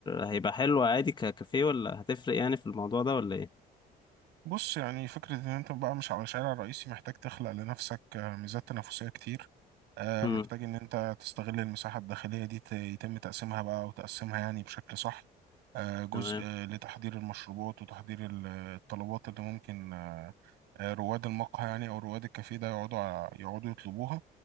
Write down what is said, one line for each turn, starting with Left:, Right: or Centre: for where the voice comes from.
Left: هيبقى حلو عادي ككافيه ولا هتفرق يعني في الموضوع ده ولا ايه؟
Right: بص يعني فكرة إن أنت بقى مش على شارع رئيسي محتاج تخلق لنفسك آه، ميزات تنافسية كتير آه،
Left: امم
Right: محتاج إن أنت تستغل المساحة الداخلية دي ت- يتم تقسيمها بقى وتقسمها يعني بشكل صح آه، جزء
Left: تمام
Right: آه، لتحضير المشروبات وتحضير ال- الطلبات اللي ممكن آه، آه، رواد المقهى يعني او رواد الكافيه ده يقعدوا ع- يقعدوا يطلبوها